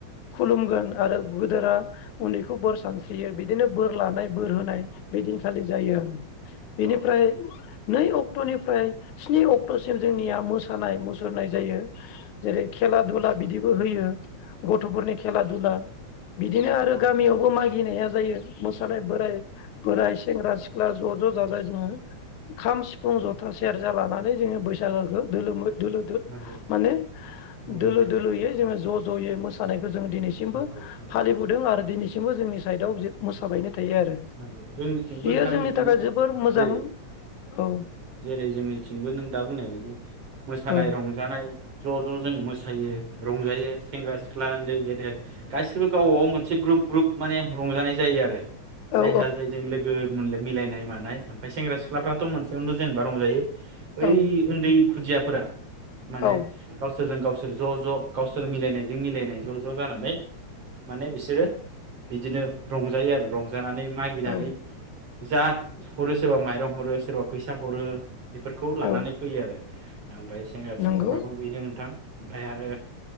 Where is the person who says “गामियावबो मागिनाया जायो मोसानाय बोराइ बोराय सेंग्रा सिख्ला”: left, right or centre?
Left